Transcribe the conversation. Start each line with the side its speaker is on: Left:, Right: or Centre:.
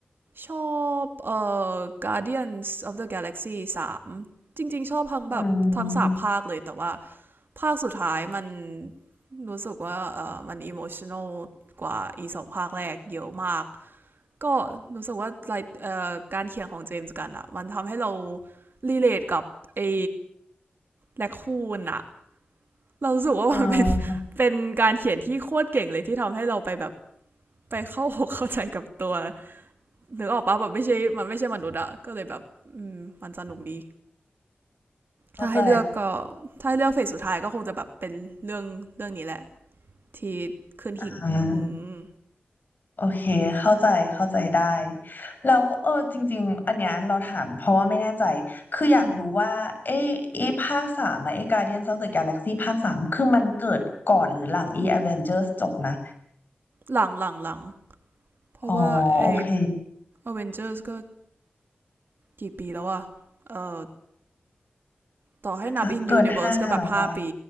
Right: ชอบเอ่อ Guardians of the Galaxy สามจริงๆชอบทั้งแบบทั้งสามภาคเลย
Left: อืม
Right: แต่ว่าภาคสุดท้ายมันรู้สึกว่าเออมันอิโมชัน a ลกว่าอีสองภาคแรกเยอะมาก ก็รู้สึกว่าไลท์เอ่อการเขียนของเจมส์กันอะมันทำให้เรารีเลทกับไอ้แลคคูนอะ เรารู้สึกว่ามันเป็น
Left: เออ
Right: <laughs> เป็นการเขียนที่โคตรเก่งเลยที่ทำให้เราไปแบบไปเข้าหก <laughs> เข้าใจกับตัวนึกออกปะแบบไม่ใช่มันไม่ใช่มนุษย์อะก็เลยแบบมันสนุกดี
Left: เข้าใจ
Right: ถ้าให้เลือกก็ถ้าให้เลือกเฟสสุดท้ายก็คงจะแบบเป็นเรื่องเรื่องนี้แหละที่ขึ้นหิ่งอืม
Left: อ่า โอเคเข้าใจเข้าใจได้แล้วเออจริงๆอันเนี้ยเราถามเพราะว่าไม่แน่ใจคืออยากรู้ว่าเอเอภาคสามอะเอ
Right: อืม
Left: Guardians of the Galaxy ภาคสามคือมันเกิดก่อนหรือหลังเอ Avengers จบนะ
Right: หลังหลังหลังเพราะว่าไอ
Left: อ๋อโอเค
Right: เวน e จอร์ก็กี่ปีแล้วอะเอ่อต่อให้นับ
Left: น่าจะเกินห้าแล้วอะ
Right: in universe ก็แบบห้าปี